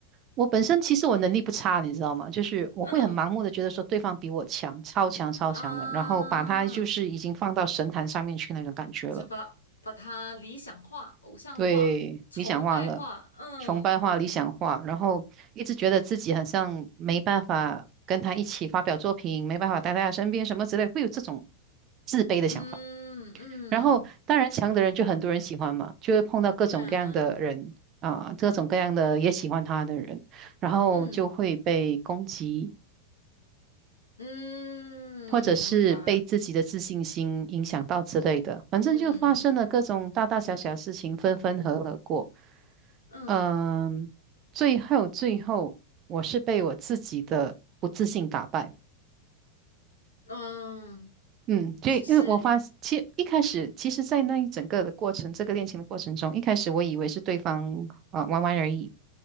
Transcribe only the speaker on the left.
嗯
啊，
就把把它理想化、偶像化、
崇拜化，
嗯。
嗯嗯，
对啊，
嗯嗯，
明白，
嗯
嗯
嗯，
是，